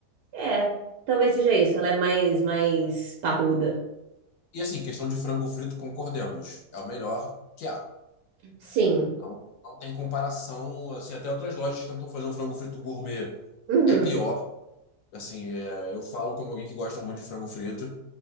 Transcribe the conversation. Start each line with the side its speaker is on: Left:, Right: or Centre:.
Right: é, talvez seja isso. Ela é mais, mais parruda.
Left: E assim, questão de frango frito, concordemos. É o melhor que há.
Right: Sim.
Left: Não, não tem comparação, assim, até outras lojas que tentam fazer um frango frito gourmet.
Right: Uhum.
Left: É pior. Assim, é, eu falo como alguém que gosta muito de frango frito.